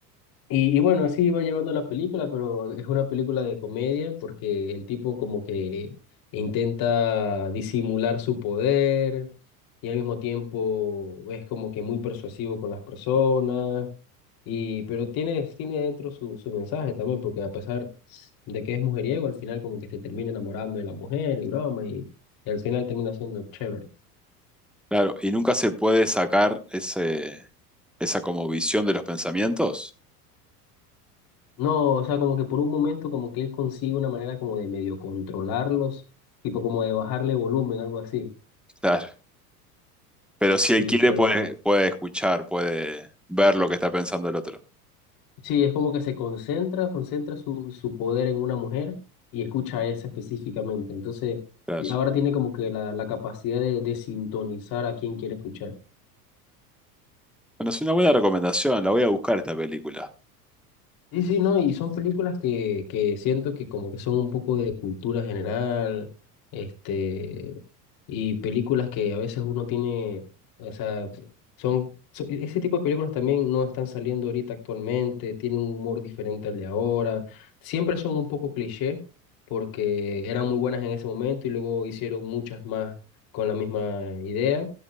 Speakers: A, on the left; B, in the centre.
A: Y, y bueno, así va llevando la película, pero es una película de comedia porque el tipo como que intenta disimular su poder y al mismo tiempo es como que muy persuasivo con las personas, y, pero tiene, tiene dentro su, su mensaje también, porque a pesar de que es mujeriego, al final como que se termina enamorando de la mujer y broma y, y al final termina siendo chévere.
B: claro. ¿Y nunca se puede sacar ese, esa como visión de los pensamientos?
A: No, o sea, como que por un momento como que él consigue una manera como de medio controlarlos, tipo como de bajarle volumen, algo así.
B: Claro. Pero si
A: Sí,
B: él quiere,
A: pero
B: puede,
A: no.
B: puede escuchar, puede ver lo que está pensando el otro.
A: Sí, es como que se concentra, concentra su, su poder en una mujer y escucha a esa específicamente. Entonces,
B: Claro.
A: y ahora tiene como que la, la capacidad de, de sintonizar a quien quiere escuchar.
B: Bueno, es una buena recomendación, la voy a buscar esta película.
A: Sí, sí, no, y son películas que, que siento que como que son un poco de cultura general, este, y películas que a veces uno tiene, o sea, son, so- ese tipo de películas también no están saliendo ahorita actualmente, tienen un humor diferente al de ahora, siempre son un poco cliché, porque eran muy buenas en ese momento y luego hicieron muchas más con la misma idea,